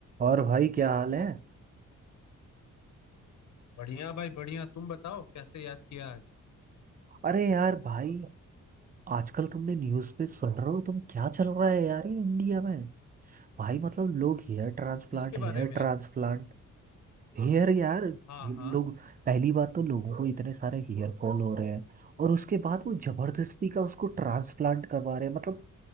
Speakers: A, on the right; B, on the left.
A: और भाई क्या हाल है
B: बढ़िया भाई बढ़िया तुम बताओ कैसे याद किया आज
A: अरे यार भाई आजकल तुमने न्यूज़ पे सुन रहे हो तुम क्या चल रहा है यार ये इंडिया में भाई मतलब लोग hair transplant
B: इसके बारे
A: hair
B: में
A: transplant Hair यार
B: हाँ
A: लोग
B: हाँ
A: पहली बात तो लोगों को इतने सारे हेयर फॉल हो रहे हैं और उसके बाद वो जबरदस्ती का उसको ट्रांसप्लांट करवा रहे हैं मतलब